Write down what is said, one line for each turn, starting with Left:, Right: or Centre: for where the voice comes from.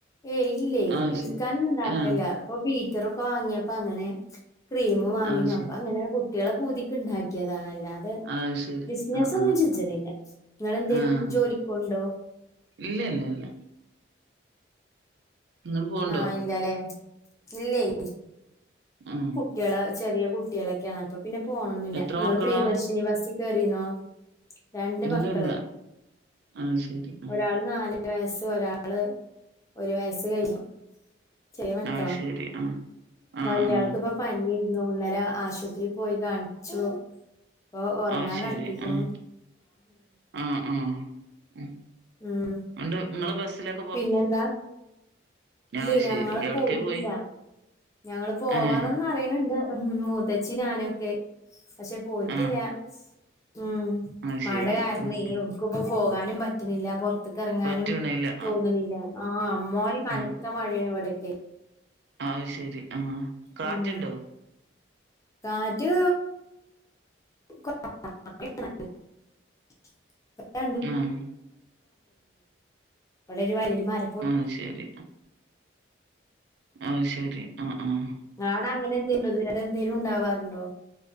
Left: യ് ഏയ് ഇല്ലേ വിൽ.
Right: അത്
Left: വിൽക്കാനൊന്നു
Right: ശരി
Left: ഉണ്ടാക്കലില്ല
Right: ആഹ്
Left: ഇപ്പൊ ബീറ്ററൊക്കെ വാങ്ങിയപ്പോ അങ്ങനെ ക്രീമും വാങ്ങിന്നു
Right: അത് ശരി
Left: അപ്പൊ അങ്ങനെ കുട്ട്യാളെ പൂതിക്ക് ഉണ്ടാക്കിയതാണ് അല്ലാതെ
Right: അത് ശരി
Left: ബിസിനസൊന്നും
Right: ആഹ് ആഹ്
Left: ചെജ്നില്ല നിങ്ങെന്തേലും
Right: ആഹ്
Left: ജോലിക്ക്‌ പോവ്ണ് ണ്ടോ
Right: ഇല്ല ഇല്ല ഇല്ല ഇങ്ങള് പോവ്ണ്ടോ
Left: ആഹ് ഇല്ലല്ലേ ഇല്ലേയ്
Right: ഉം
Left: കുട്ട്യാളെ ചെറിയ കുട്ടികളൊക്കെയാണ് അപ്പൊ പിന്നെ പോണൊന്നില്ല
Right: എത്ര
Left: നിങ്ങള്
Right: മക്കളാ
Left: പ്രിയദർശിനി ബസിൽ കേറിനോ രണ്ട്
Right: ഇല്ലല്ല
Left: മക്കള്
Right: അത് ശരി ആഹ്
Left: ഒരാള് നല് നാല് വയസ്സ് ഒരാള് ഒരു വയസ് കഴിഞ്ഞു ചെറിയ മക്കള
Right: അത് ശരി ആഹ് ആഹ്
Left: വലിയ
Right: ആഹ്
Left: ആൾ പനിയ്രുന്നു ഇന്നലെ ആശുപത്രിയിൽ പോയി കാണിച്ചു ഇപ്പൊ ഉറങ്ങാൻ
Right: അത് ശരി
Left: കടത്തിക്കുണു
Right: ആഹ് ആഹ് ആഹ് ഉം
Left: ഉം
Right: ഉണ്ട് നിങ്ങൾ ബസിലത്ര
Left: പിന്നെ എന്താ ഇല്ലേ
Right: അത്
Left: ഞങ്ങള്
Right: ശെരി എവിട്ക്കെ
Left: പോയിട്ടില്ല
Right: പോയി?
Left: ഞങ്ങള് പോവാണന്നറിയ്ണ്ണ്ട്
Right: ഏഹ്
Left: മൂത്തച്ചിം ഞാനൊക്കെ പക്ഷെ പോയിട്ടില്ല
Right: ആഹ്
Left: ഉം
Right: അത്
Left: മഴ
Right: ശെരി
Left: കാരണേ
Right: ഉം ഉം
Left: എവ്ടുക്കു ഇപ്പ പോകാനും പറ്റണില്ല പുറത്തക്കറങ്ങാനും
Right: പറ്റ്ണില്ല
Left: തോണിണില്ല
Right: ആഹ്
Left: ആഹ് അമ്മതിരി കനത്ത
Right: ആഹ്
Left: മഴയാണ് ഇവിടേക്കെ
Right: അത് ശരി ആഹ് കാറ്റ്ണ്ടോ?
Left: ഉം കാറ്റ് <unintelligible> <unintelligible>
Right: ആഹ്
Left: ഇവിടെ ഒരു വലിയ മര
Right: ആഹ് ശരി ആഹ് ശരി ആഹ് ആഹ്
Left: ആഹ് അവിടെങ്ങനെ എന്തേണ്ടോ <unintelligible> എന്തേലും ഉണ്ടാവാറുണ്ടോ